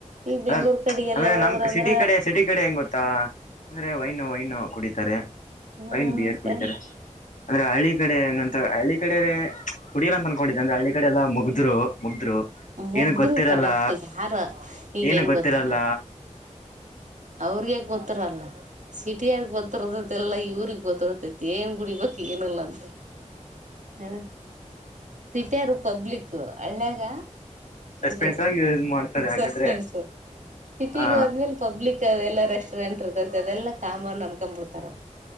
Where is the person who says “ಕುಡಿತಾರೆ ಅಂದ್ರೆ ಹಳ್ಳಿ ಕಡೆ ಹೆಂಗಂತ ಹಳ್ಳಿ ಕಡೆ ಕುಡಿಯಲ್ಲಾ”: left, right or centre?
Left